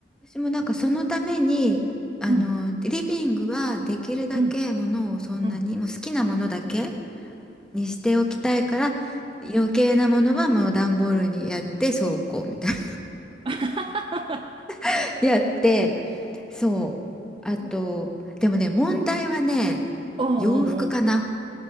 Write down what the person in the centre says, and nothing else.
私もなんかそのために、あの、
リビングはできるだけものをそんなに、
もう好きなものだけにしておきたいから、余計なものはもう段ボールにやって倉庫みたいな
<laughs>。やって、そう。あと、
でもね、問題はね、
洋服かな。